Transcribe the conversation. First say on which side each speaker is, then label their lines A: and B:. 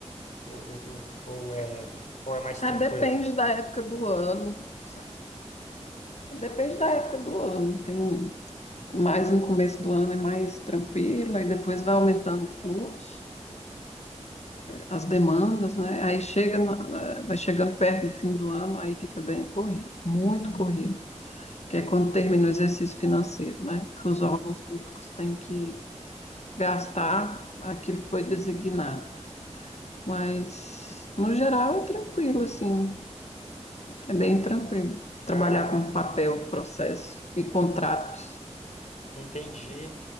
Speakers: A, on the left; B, on the left.
A: ou, ou, ou é, ou é mais
B: Ah,
A: tranquilo?
B: depende da época do ano, sabe? Depende da época do ano. Tem mais no começo do ano é mais tranquilo, aí depois vai aumentando o fluxo, as demandas, né? Aí chega, na- vai chegando perto do fim do ano, aí fica bem corrido, muito corrido, que é quando termina o exercício financeiro, né? Que os órgãos públicos têm que gastar aquilo que foi designado. Mas, no geral, é tranquilo, assim. É, é bem tranquilo. Trabalhar
A: Ah,
B: com papel, processo e contrato.
A: entendi.